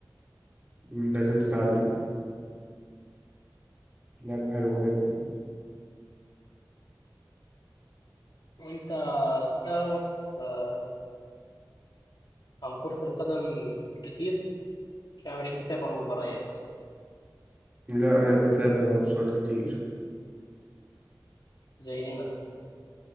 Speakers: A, on the right (about 25°); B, on the left (about 80°).
A: مم، لازم تتعلم لعبة حلوة جدا
B: وانت تعرف آه، عن كرة القدم كتير عشان أنا مش بتابع مباريات
A: لا انا بتابع ماتشات كتير
B: زي ايه مثلا